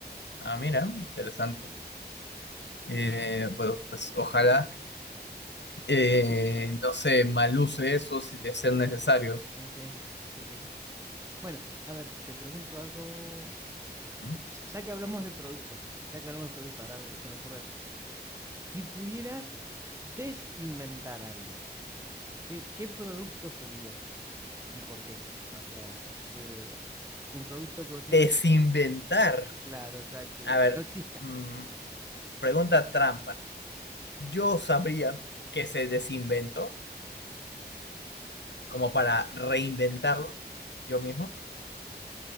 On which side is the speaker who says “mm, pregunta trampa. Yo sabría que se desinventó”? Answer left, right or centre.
Left